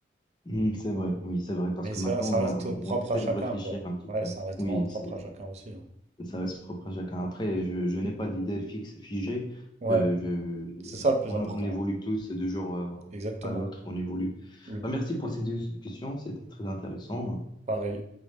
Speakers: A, on the left; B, on the right.
A: Mhm, c'est vrai, oui, c'est vrai, parce
B: Mais
A: que
B: ça,
A: maintenant
B: ça
A: on
B: reste
A: a, on,
B: propre
A: on essaie
B: à chacun,
A: de réfléchir
B: quoi.
A: un petit
B: Ouais,
A: peu.
B: ça reste
A: Oui,
B: vraiment propre
A: c'est,
B: à chacun aussi. hein.
A: ça reste propre à chacun. Après, je, je n'ai pas d'idée fixe, figée.
B: Ouais,
A: Euh, je, je-
B: c'est ça le plus
A: on,
B: important.
A: on évolue tous de jour euh,
B: Exactement.
A: à l'autre, on évolue.
B: Le
A: Bah, merci pour cette discussion, c'était très intéressant.
B: pareil.